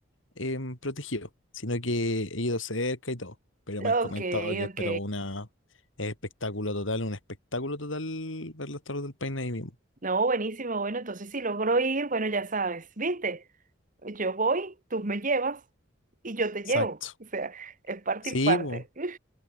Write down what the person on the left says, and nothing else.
em, protegido, sino que he ido cerca y todo. Pero me han comentado
que es
pero una es espectáculo total, un espectáculo total ver las Torres del Paine ahí mismo.
Exacto.
Sí,
po.